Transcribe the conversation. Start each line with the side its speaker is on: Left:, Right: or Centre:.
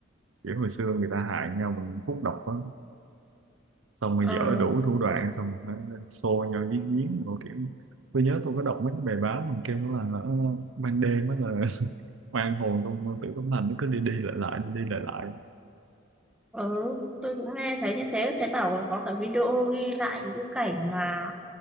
Right: Kiểu hồi xưa người ta hại nhau bằng thuốc độc á. Xong
Centre: Ờ.
Right: rồi dở đủ thủ đoạn, xong rồi nó xô nhau giếng giếng. Rồi kiểu, tôi nhớ tôi có đọc mấy cái bài báo mà kêu là ờ, ban đêm á là <laughs> oan hồn trong Tử Cấm Thành nó cứ đi đi lại lại, đi đi lại lại.
Centre: ừ tôi cũng nghe thấy như thế thấy bảo còn có cả video ghi lại những cái cảnh mà